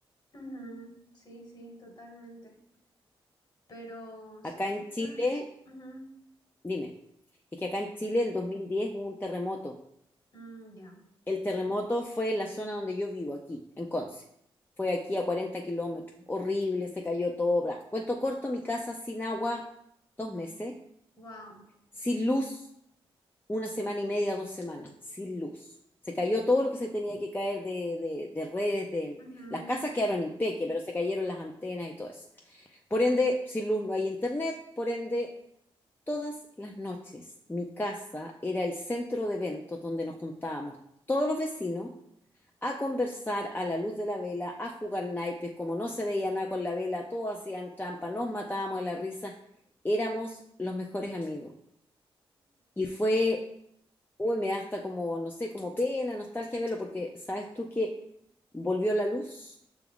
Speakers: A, on the left; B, on the left.
A: Ujú, Sí, sí, totalmente. Pero
B: Acá
A: sí,
B: en Chile,
A: yo, ujú,
B: dime. Es que acá en Chile el 2010 hubo un terremoto.
A: mm, ya,
B: El terremoto fue en la zona donde yo vivo, aquí, en Conce. Fue aquí a 40 kilómetros. Horrible, se cayó todo. bla. Cuento corto, mi casa sin agua, dos meses.
A: Wow.
B: Sin luz, una semana y media, dos semanas. Sin luz. Se cayó todo lo que se tenía que caer de, de- de redes, de...
A: Ujú,
B: Las casas quedaron impeque, pero se cayeron las antenas y todo eso. Por ende, sin luz no hay internet, por ende, todas las noches. Mi casa era el centro de eventos donde nos juntábamos todos los vecinos a conversar a la luz de la vela, a jugar naipes, como no se veía nada con la vela, todos hacían trampa, nos matábamos de la risa, éramos los mejores amigos. Y fue, uy, me da hasta como, no sé, como pena, nostalgia verlo, porque sabes tú que volvió la luz